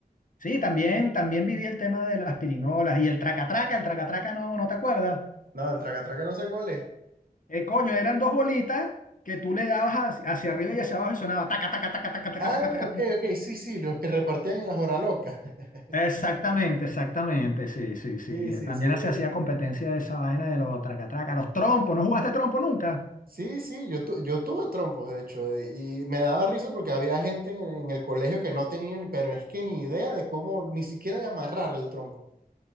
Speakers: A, on the left; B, on the right.
A: Sí, también, también viví el tema de las pirinolas y el tracatraca, el tracatraca no, ¿no te acuerdas?
B: No, el traca-traca no sé cuál es.
A: Eh, coño, eran dos bolitas que tú le dabas hacia, hacia arriba y hacia abajo y sonaba taca, taca, taca, taca, taca,
B: Ah,
A: taca, taca,
B: ok,
A: taca.
B: ok, sí, sí, los que repartían en las horas locas. <laughs>
A: Exactamente, exactamente, sí, sí, sí.
B: Sí,
A: eh,
B: sí,
A: También
B: sí, los
A: se hacía
B: ubico.
A: competencia de esa vaina de los tracatracas, los trompos, ¿no jugaste trompo nunca?
B: Sí, sí, yo, tu- yo tuve trompos, de hecho, de- y me daba risa porque había gente en, en el colegio que no tenían, pero es que ni idea de cómo, ni siquiera de amarrar el trompo.